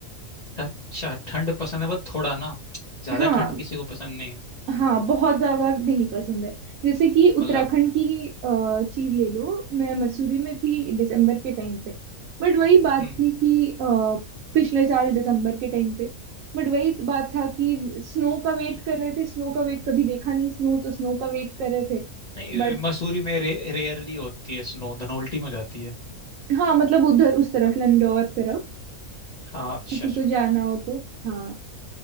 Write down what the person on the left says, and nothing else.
अच्छा ठंड पसंद है बस थोड़ा ना ज्यादा
ठंड किसी को पसंद नहीं
मतलब
हम्म,
नहीं
मसूरी में रे, रेयरली होती है स्नो धनौल्टी में हो जाती है
हाँ अच्छा